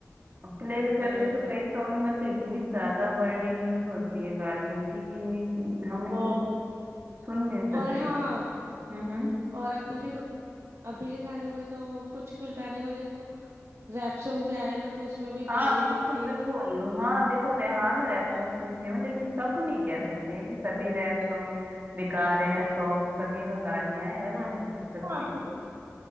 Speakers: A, on the right (about 35°); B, on the right (about 60°).
A: प्ले भी करते
B: बराबर
A: हैं तो कई सॉन्ग में तो इतनी ज्यादा वर्डिंग यूज होती है गालियों की कि हम इनको
B: बहुत
A: सुन नहीं सकते
B: और हाँ
A: हम्म हम्म
B: और अभी के बता अभी के गाने में तो कुछ कुछ गाने में देखो रैप सॉन्ग भी आया ना तो उसमें भी
A: हाँ
B: गाली
A: बिल्कुल
B: दे के ही
A: बिल्कुल
B: देखो
A: हाँ देखो रे, हाँ मैं रैप सॉन्ग सुनती हूँ लेकिन सब नहीं कह सकते हैं कि सभी रैप सॉन्ग बेकार हैं या
B: क्या
A: सॉन्ग
B: है।
A: सभी में गालियां हैं ऐसा
B: हाँ
A: नहीं बोल सकते
B: हाँ
A: हैं
B: बोल सकते-